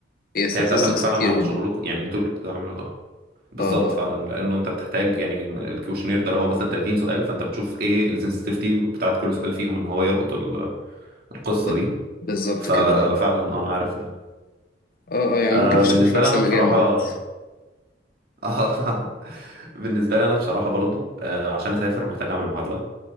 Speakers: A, on the left (about 55°); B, on the right (about 55°).
A: هي
B: فهي
A: statistics
B: بتعتمد فعلا
A: كتير
B: على
A: جدا
B: شغلكم يعني انتوا اللي بتعملوا ده بالظبط
A: اه
B: فعلا
A: اه
B: لانه انت بتحتاج يعني الكوشنير ده اللي هو مثلا 30 سؤال فانت بتشوف ايه السنسitivity بتاعت كل سؤال فيهم ان هو يلقط ال- القصه
A: ب-
B: دي
A: بالظبط
B: ففعلا
A: كده
B: اه انا عارف ده
A: اه اه يعني
B: آه
A: ممكن نشتغل
B: بالنسبه
A: في نفس
B: لي انا
A: المجال
B: بصراحه
A: مع
B: آه
A: بعض
B: <laughs> بالنسبه لي انا بصراحه برضو آه عشان اسافر محتاج اعمل معادله